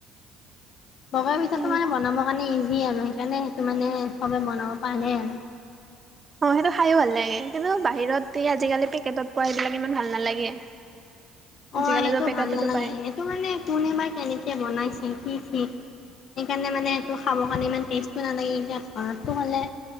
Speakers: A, on the left (about 55°); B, on the right (about 30°).
A: বগা পিঠাটো
B: সেইটো
A: মানে বনাব কাৰণে আৰু সেইকাৰণে সেইটো মানে সবে বনাব প নে আৰু
B: অ সেইটো খাইো ভাল লাগে কিন্তু বাহিৰত এই আজিকালি পেকেটত পোৱা এইবিলাক ইমান ভাল নালাগে
A: অ
B: আজিকালিতো
A: সেইটো
B: পেকেটতো
A: ভাল নালাগে
B: পায়
A: সেইটো মানে কোনেবাৰ কেনেকে বনাইছে কি ঠিক সেইকাৰণে মানে সেইটো খাবৰ কাৰণে ইমান টেষ্টটো নালাগে এতিয়া ঘো হ'লে